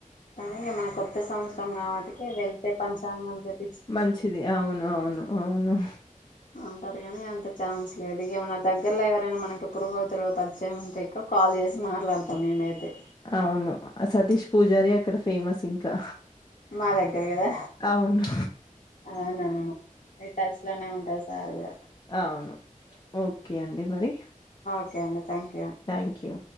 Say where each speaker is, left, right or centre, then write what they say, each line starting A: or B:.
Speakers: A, on the left; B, on the left.
A: తనగా మన కొ కొత్త సంవత్సరం కాబట్టి వెళ్తే పంచాంగం చెప్
B: మంచిది అవును అవును అవును
A: అంటారు కానీ అంత ఛాన్స్ లేదు ఇక మన దగ్గరలో ఎవరైనా మనకి పురోహోతులు పరిచయం ఉంటే ఎక్కువ కాల్ చేసి మాట్లాడతాం మేమైతే
B: అవును సతీష్ పూజారి అక్కడ ఫేమస్ ఇంకా
A: మా దగ్గర కదా
B: అవును
A: అవునవును మీ టచ్ లోనే ఉంటుంది త కూడా
B: అవును ఓకే అండి మరి
A: ఒకే అండి థ్యాంక్యూ
B: థ్యాంక్ యూ